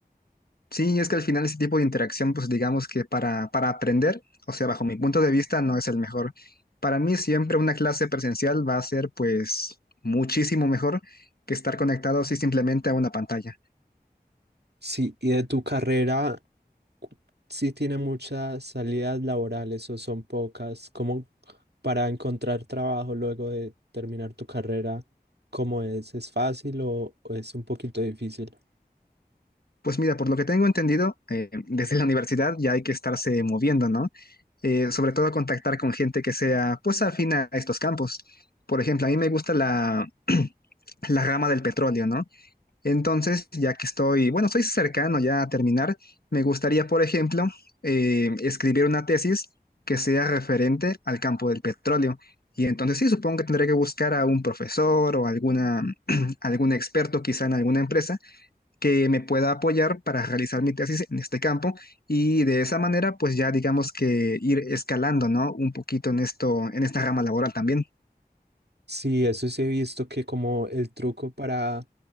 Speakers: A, on the left; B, on the right.
A: Sí, es que al final ese tipo de interacción, pues digamos que para, para aprender, o sea, bajo mi punto de vista, no es el mejor. Para mí siempre una clase presencial va a ser pues muchísimo mejor que estar conectado así simplemente a una pantalla.
B: Sí, y de tu carrera, cu- sí tiene muchas salidas laborales o son pocas, como para encontrar trabajo luego de terminar tu carrera, ¿cómo es? ¿Es fácil o o es un poquito difícil?
A: Pues mira, por lo que tengo entendido, eh, desde la universidad ya hay que estarse moviendo, ¿no? Eh, sobre todo contactar con gente que sea pues afín a estos campos. Por ejemplo, a mí me gusta la, <clears throat> la rama del petróleo, ¿no? Entonces, ya que estoy, bueno, estoy cercano ya a terminar, me gustaría, por ejemplo, eh, escribir una tesis que sea referente al campo del petróleo. Y entonces sí, supongo que tendré que buscar a un profesor o alguna, <clears throat> algún experto quizá en alguna empresa que me pueda apoyar para realizar mi tesis en este campo y de esa manera pues ya digamos que ir escalando, ¿no? Un poquito en esto, en esta rama laboral también.
B: Sí, eso sí he visto que como el truco para,